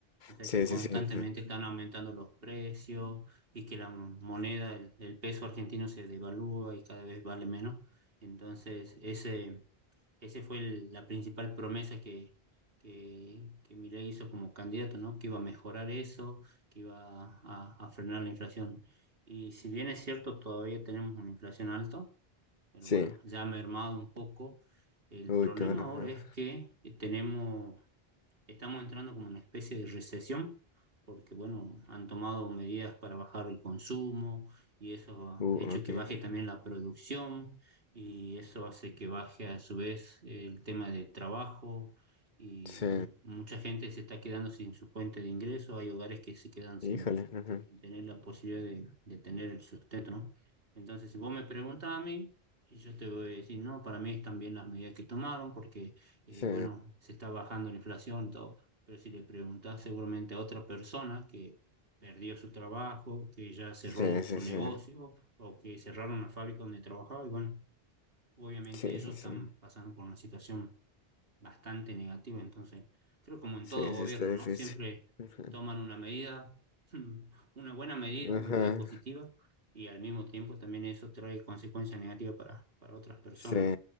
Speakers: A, on the right; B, on the left.
A: O sea
B: Sí,
A: que constantemente
B: sí, sí. ujú.
A: están aumentando los precios y que la moneda, el, el peso argentino se devalúa y cada vez vale menos. Entonces, ese, ese fue el- la principal promesa que, que, que Milei hizo como candidato, ¿no? Que iba a mejorar eso, que iba a, a frenar la inflación. Y si bien es cierto, todavía tenemos una inflación alta, pero
B: Sí.
A: bueno, ya ha mermado un poco. El
B: Uy,
A: problema
B: qué bueno. ajá.
A: ahora es que tenemos estamos entrando como una especie de recesión, porque bueno, han tomado medidas para bajar el consumo y eso ha
B: Uh,
A: hecho
B: ok.
A: que
B: ajá.
A: baje también la producción y eso hace que baje a su vez el tema de trabajo y
B: Sí.
A: bueno, mucha gente se está quedando sin su fuente de ingreso, hay hogares que se quedan sin
B: Híjole. ajá.
A: y tener la posibilidad de, de tener el sustento, ¿no? Entonces, si vos me preguntas a mí, y yo te voy a decir, no, para mí están bien las medidas que tomaron porque, eh,
B: Sí.
A: bueno, se está bajando la inflación y todo, pero si le preguntás seguramente a otra persona que perdió su trabajo, que ya cerró
B: Sí,
A: su
B: sí, sí.
A: negocio o que cerraron la fábrica donde trabajaba, y bueno, obviamente
B: Sí,
A: ellos
B: sí, sí.
A: están pasando por una situación bastante negativa. Entonces, creo como en
B: Sí,
A: todo gobierno,
B: sí, está difícil.
A: ¿no? Siempre
B: Ajá.
A: toman una medida, <laughs> una buena medida,
B: Ajá.
A: una medida positiva, y al mismo tiempo también eso trae consecuencias negativas para, para otras personas.
B: Sí.